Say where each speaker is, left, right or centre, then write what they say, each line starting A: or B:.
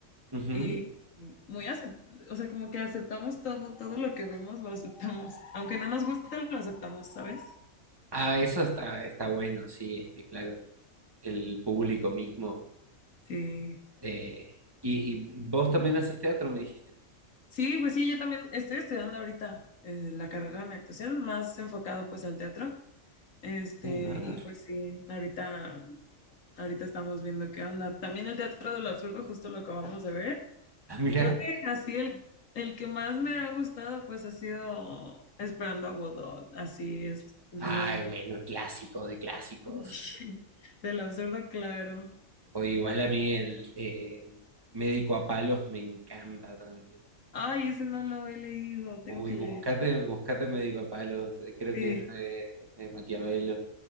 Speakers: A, on the right; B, on the left.
A: Ujú.
B: y muy, acep- o sea, como que aceptamos todo, todo lo que vemos lo aceptamos. Aunque no nos guste, lo aceptamos, ¿sabes?
A: Ah, eso está, está bueno, sí, es que claro, el público mismo.
B: Sí.
A: eh, y, y vos también haces teatro, me dijiste.
B: Sí, pues sí, yo también estoy estudiando ahorita eh, la carrera en actuación, más enfocado pues al teatro. Este,
A: Eh, ah,
B: y pues sí, ahorita, ahorita estamos viendo qué onda. También el Teatro del Absurdo, justo lo acabamos de ver.
A: <laughs> ah, mira.
B: Creo que así el, el que más me ha gustado, pues ha sido Esperando a Godot. Así es, es
A: Ay,
B: lo
A: bueno, el clásico de clásicos.
B: <laughs> del absurdo, claro.
A: O igual a mí el eh, médico a palos me encanta también.
B: Ay, ese no lo he leído, tengo
A: Uy,
B: que
A: buscate,
B: leer.
A: buscate médico a palos, eh, creo
B: Sí,
A: que es de, de Maquiavelo.